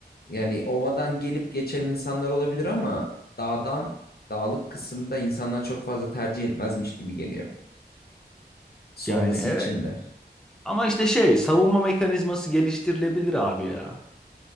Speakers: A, on the left (about 65°); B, in the centre.
A: yani ovadan gelip geçen insanlar olabilir ama dağdan dağlık kısımda insanlar çok fazla tercih etmezmiş gibi geliyor. Sonrası
B: Yani evet.
A: için de.
B: Ama işte şey savunma mekanizması geliştirilebilir abi ya.